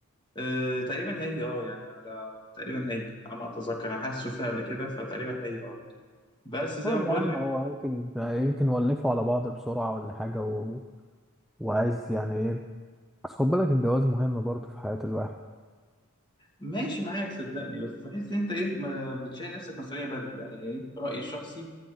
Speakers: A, on the left; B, in the centre.
A: آه، تقريبا هي اه يعني على تقريبا هي على ما اتذكر انا حاسس شفتها قبل كده فتقريبا هي اه بس زي
B: طيب
A: ما بقول
B: يا عم
A: لك
B: هو يمكن آه، يمكن ولفوا على بعض بسرعه ولا حاجه و... وعايز يعني ايه بس خد بالك الجواز مهم برضه في حياه الواحد
A: ماشي معاك صدقني بس بحس ان انت ايه ما بتشيل نفسك مسؤوليه بدري يعني ايه رايي الشخصي